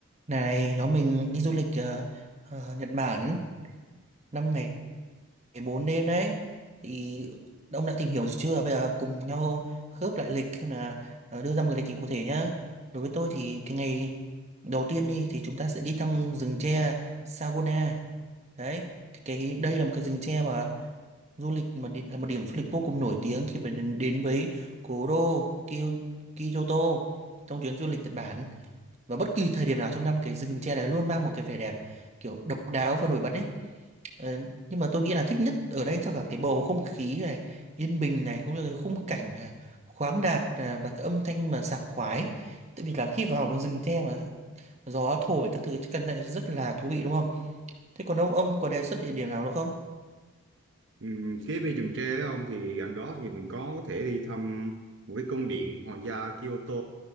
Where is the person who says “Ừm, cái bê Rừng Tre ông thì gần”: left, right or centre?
Right